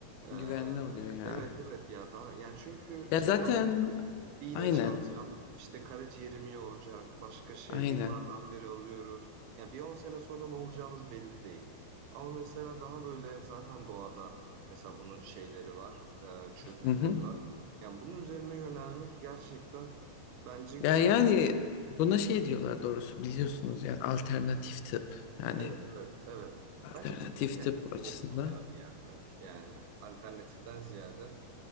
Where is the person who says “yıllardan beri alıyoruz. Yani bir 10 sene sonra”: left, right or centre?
Right